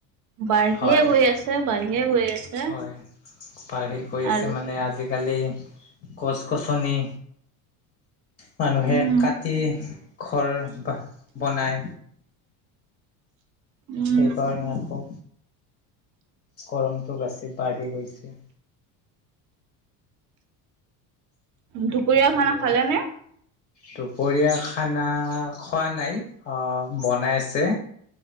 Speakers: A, on the right; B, on the left.
A: বাঢ়িয়ে
B: হয়
A: গৈ আছে বাঢ়িয়ে গৈ আছে
B: হয় বাঢ়ি গৈ আছে
A: আৰু
B: মানে আজি-কালি গছ-গছনি মানুহে
A: উম
B: কাটি ঘৰ বনাই।
A: উম
B: সেইকাৰণে আকৌ গৰমটো বেছি বাঢ়ি গৈছে।
A: দুপৰীয়া
B: আৰু
A: খানা খালেনে
B: <unintelligible> দুপৰীয়া খানা খোৱা নাই, অ' বনাই আছে।